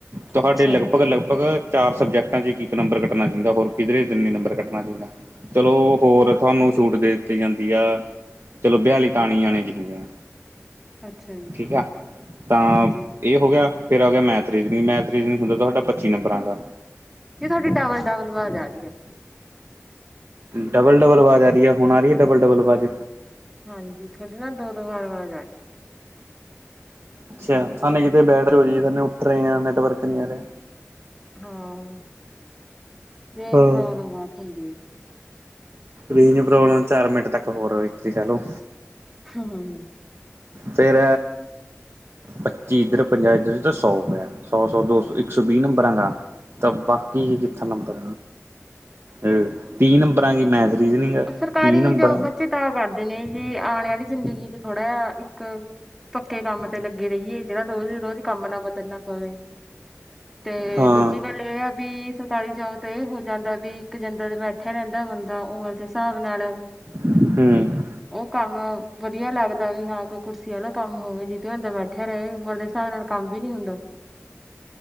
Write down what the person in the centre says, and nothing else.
ਅੱਛਾ
ਅੱਛਾ ਜੀ
ਹਾਂਜੀ
ਨੀ ਤੁਹਾਡੀ ਡਬਲ-ਡਵਲ ਅਵਾਜ਼ ਆ ਰਹੀ ਆ।
ਹਾਂਜੀ ਤੁਹਾਡੀ ਨਾ ਦੋ-ਦੋ ਵਾਰ ਆਵਾਜ਼ ਆ ਰੀ,
ਹਾਂ, ਰੇਜ
ਪ੍ਰੋਵਲਮ ਬਹੁਤ ਹੁੰਦੀ ਹੈ।
ਹੂੰ,
ਸਰਕਾਰੀ
ਜੋਬ ਬੱਚੇ ਤਾਂ ਕਰਦੇ ਨੇ ਜੀ ਆਣੇ ਵਾਲੀ ਜ਼ਿੰਦਗੀ ਚ ਥੋੜ੍ਹਾ ਜਿਹਾ ਇੱਕ, ਪੱਕੇ ਕੰਮ ਤੇ ਲੱਗੇ ਰਹੀਏ ਜਿਹੜਾ ਰੋਜ਼-ਰੋਜ਼ ਕੰਮ ਨਾ ਬਦਲਣਾ ਪਵੇ। ਤੇ
ਦੂਜੀ ਗੱਲ ਇਹ ਆ ਵੀ ਸਰਕਾਰੀ ਜੋਬ ਤੇ ਹੋ ਜਾਂਦਾ ਵੀ ਇੱਕ ਜਿੰਦਰ ਮੈ, ਇੱਥੇ ਰਹਿੰਦਾ ਬੰਦਾ ਉਮਰ ਦੇ ਹਿਸਾਬ ਨਾਲ,
ਉਹ ਕੰਮ ਵਧੀਆ ਲੱਗਦਾ ਵੀ ਹਾਂ ਕੋਈ ਕੁਰਸੀ ਵਾਲਾ ਕੰਮ ਹੋਵੇ ਜੇ, ਛੋਟੇ ਹੁੰਦੇ ਬੈਠੇ ਰਹੇ ਉਮਰ ਦੇ ਹਿਸਾਬ ਨਾਲ, ਕੰਮ ਵੀ ਨੀ ਹੁੰਦਾ,